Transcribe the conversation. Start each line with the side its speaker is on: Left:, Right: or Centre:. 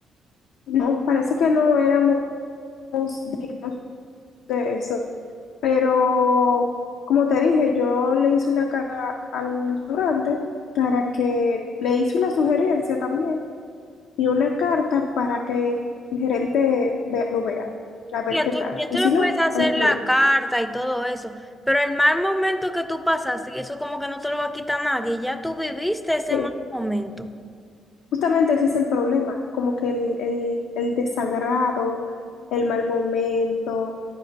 Left: No, parece que no éramos dignos de eso, pero como te dije, yo le hice una cara al restaurante para que le hice una sugerencia también y una carta para que el, el gerente ve- lo vea, a ver
Centre: Ya
Left: qué
Centre: tú,
Left: tal.
Centre: ya
Left: Y
Centre: tú
Left: si
Centre: le
Left: no,
Centre: puedes hacer
Left: al juez.
Centre: la carta y todo eso, pero el mal momento que tú pasaste, eso como que no te lo va a quitar nadie, ya tú viviste ese
Left: Eh,
Centre: mal momento.
Left: Justamente ese es el problema, como que el, el, el desagrado, el mal momento,